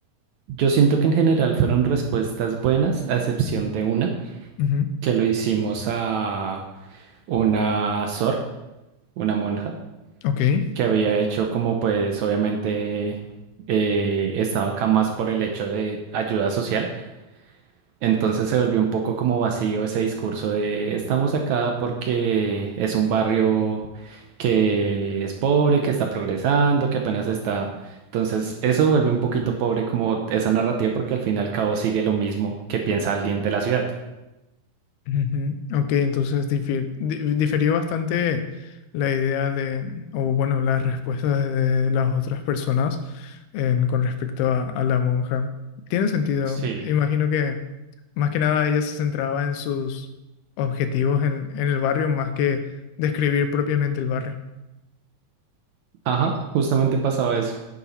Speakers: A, on the right; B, on the left.
A: Yo siento que en general fueron respuestas buenas, a excepción de una,
B: Ujú,
A: que lo hicimos a una sor, una monja,
B: Ok.
A: que había hecho como pues obviamente eh, estaba acá más por el hecho de ayuda social. Entonces se volvió un poco como vacío ese discurso de estamos acá porque es un barrio que es pobre, que está progresando, que apenas está. Entonces eso vuelve un poquito pobre como esa narrativa porque al fin y al cabo sigue lo mismo que piensa alguien de la ciudad.
B: Ujú. Ok, entonces difir- di- diferió bastante la idea de, o bueno, las respuestas de las otras personas en- con respecto a, a la monja. Tiene sentido.
A: Sí,
B: Imagino que más que nada ella se centraba en sus objetivos en, en el barrio más que describir propiamente el barrio.
A: Ajá, justamente pasaba eso.